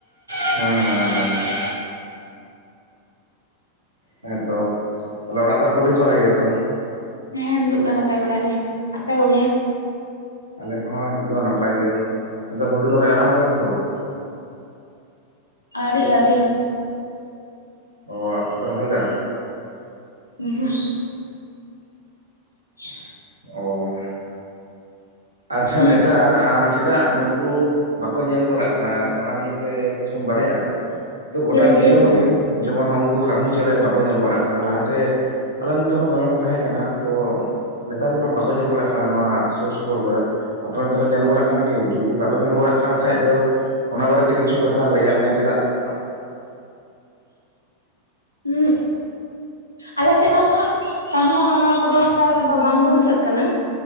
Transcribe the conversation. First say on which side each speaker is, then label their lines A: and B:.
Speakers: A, on the right; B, on the left.
A: ᱦᱩᱸ ᱦᱩᱸ ᱦᱩᱸ ᱦᱮᱸ ᱛᱚ ᱛᱟᱦᱚᱞᱮ ᱚᱲᱟᱜ ᱠᱚᱨᱮ ᱠᱚ ᱵᱮᱥ ᱵᱟᱲᱟᱭ ᱜᱮᱭᱟ ᱛᱚ,
B: ᱦᱮᱸ ᱱᱤᱛᱚᱜ ᱫᱚ ᱱᱟᱯᱟᱭ ᱵᱟᱲᱟ ᱜᱮ ᱟᱯᱮ ᱠᱚᱜᱮ?
A: ᱟᱞᱮ ᱠᱚᱼᱦᱚᱸ ᱱᱤᱛᱳᱜ ᱫᱚ ᱱᱟᱯᱟᱭ ᱜᱮᱭᱟ ᱾ᱛᱮ ᱦᱩᱲᱩ ᱨᱚᱦᱚᱭ ᱟᱨᱟᱢᱵᱚᱭᱮᱱ-ᱟ ᱥᱮ ᱵᱟᱝ?
B: ᱟᱹᱣᱨᱤ ᱟᱹᱣᱨᱤ
A: ᱚ ᱟᱯᱮ ᱯᱮ ᱨᱚᱦᱚᱭ ᱫᱟ,
B: ᱦᱩᱸ ᱦᱩᱜ <unintelligible>
A: ᱚᱻ ᱟᱪᱪᱷᱟ
B: ᱩᱦᱩᱸᱜ
A: ᱱᱮᱛᱟᱨ, ᱪᱮᱫᱟᱜ ᱱᱩᱠᱩ ᱵᱟᱠᱚ ᱧᱮᱞ ᱵᱟᱲᱟᱜ ᱠᱟᱱᱟ ᱚᱱᱟ ᱱᱤᱭᱛᱮ ᱠᱤᱪᱷᱩᱢ ᱵᱟᱲᱟᱭᱟ? ᱛᱚ ᱜᱳᱴᱟ
B: ᱪᱮᱞᱮ
A: ᱫᱤᱥᱚᱢ
B: ᱪᱮᱞᱮ ᱠᱚ
A: ᱜᱮ, ᱡᱮᱢᱚᱱ ᱩᱱᱠᱩ ᱠᱟᱦᱩ ᱪᱮᱸᱬᱮᱸ ᱵᱟᱠᱚ ᱧᱮᱞ ᱵᱟᱲᱟᱜ ᱠᱟᱱᱟ ᱾ᱞᱟᱦᱟᱛᱮᱼ ᱟᱞᱮ ᱱᱚᱛᱮ ᱦᱚᱸ ᱫᱚᱢᱮ ᱠᱚ ᱛᱟᱦᱮᱸ ᱠᱟᱱᱟ ᱛᱚ ᱱᱮᱛᱟᱨ ᱫᱚᱢᱟ ᱵᱟᱠᱚ ᱧᱮᱞ ᱵᱟᱲᱟᱜ ᱠᱟᱱᱟ ᱱᱚᱣᱟ ᱥᱩᱨ ᱥᱩ ᱥᱩᱯᱩᱨ ᱠᱚᱨᱮ ᱟᱯᱮᱚᱱ ᱛᱮ ᱠᱚ ᱧᱮᱞ ᱵᱟᱲᱟᱜ ᱠᱟᱱᱟ ᱠᱤ ᱡᱩᱫᱤ ᱵᱟᱠᱚ ᱧᱮᱞ ᱵᱟᱲᱟᱜ ᱠᱟᱱ ᱠᱷᱟᱡ ᱫᱚ ᱚᱱᱟ ᱵᱟᱨᱮ ᱛᱮ ᱠᱤ ᱠᱤᱪᱷᱩ ᱠᱟᱛᱷᱟ ᱞᱟᱹᱭᱟᱜ ᱢᱮ ᱪᱮᱫᱟᱜᱼᱼ
B: ᱦᱩᱸᱜ ᱟᱞᱮ ᱥᱮᱫ ᱦᱚᱸ ᱦᱟᱸᱜ, ᱠᱟᱹᱦᱩ ᱠᱚᱼᱫᱚ ᱦᱟᱛᱟᱨ ᱨᱮᱫᱚ ᱵᱟᱝᱠᱚ ᱫᱤᱥᱟᱹᱜ ᱠᱟᱱᱟ᱾